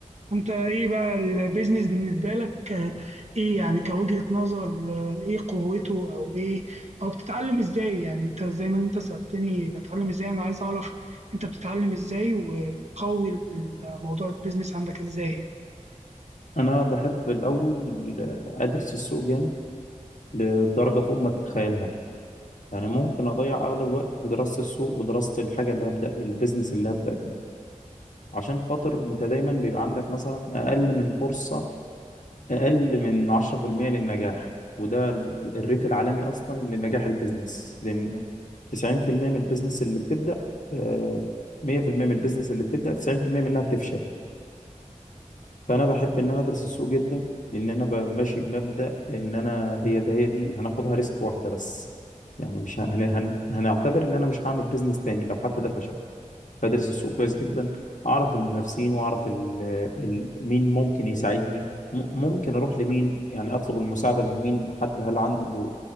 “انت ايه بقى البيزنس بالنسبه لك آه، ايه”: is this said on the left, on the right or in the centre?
Right